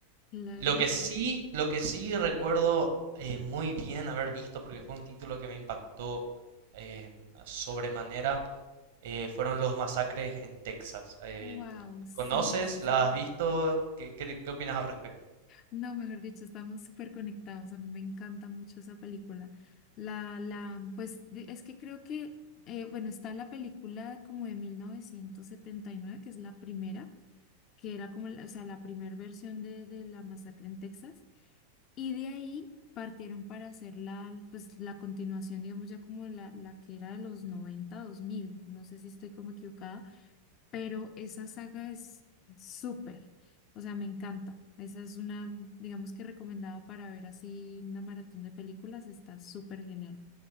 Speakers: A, on the left (about 35°); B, on the right (about 55°).
A: claro.
B: Lo que
A: <laughs>
B: sí, lo que sí recuerdo eh, muy bien haber visto, porque fue un título que me impactó eh, sobremanera, eh, fueron los masacres en Texas. Eh,
A: Wow, sí.
B: ¿conoces? ¿La has visto? ¿Qué, qué, qué opinas al respecto?
A: No, mejor dicho, estamos súper conectados. A mí me encanta mucho esa película. La, la, pues de- es que creo que, eh, bueno, está la película como de mil novecientos setenta y nueve que es la primera, que era como, la- o sea, la primera versión de, de la masacre en Texas. Y de ahí partieron para hacer la, pues la continuación, digamos, ya como la, la que era de los noventa dos mil No sé si estoy como equivocada, pero esa saga es súper, o sea, me encanta. Esa es una, digamos que recomendada para ver así una maratón de películas, está súper genial.